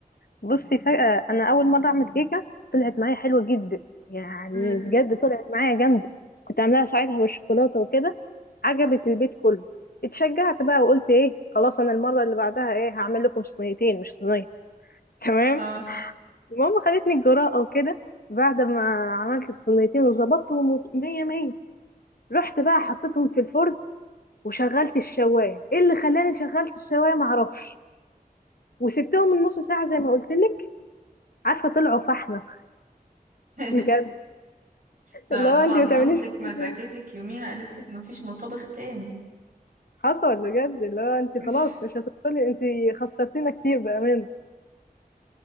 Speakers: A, on the left; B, on the right.
A: بصي فجأة أنا أول مرة أعمل كيكة طلعت معايا حلوة جدا يعني
B: امم
A: بجد طلعت معايا جامدة كنت عاملاها ساعتها بالشوكولاتة وكده عجبت البيت كله اتشجعت بقى وقلت إيه خلاص أنا المرة اللي بعدها إيه هعمل لكم صينيتين مش صينية <laughs> تمام
B: اه
A: المهم خدتني الجرأة وكده بعد ما عملت الصينيتين وظبطتهم وت- مية مية رحت بقى حطيتهم في الفرن وشغلت الشواية ايه اللي خلاني شغلت الشواية معرفش وسبتهم من نص ساعة زي ما قلت لك عارفة طلعوا فحمة
B: <laughs>
A: بجد
B: لا
A: لا
B: طبعا
A: انت ما
B: مامتك
A: تعمليش
B: مسكتك
A: كده.
B: يوميها قالت لك مفيش مطابخ تاني
A: حصل بجد لا انت
B: <laughs>
A: خلاص مش هتدخلي انت خسرتينا كتير بامان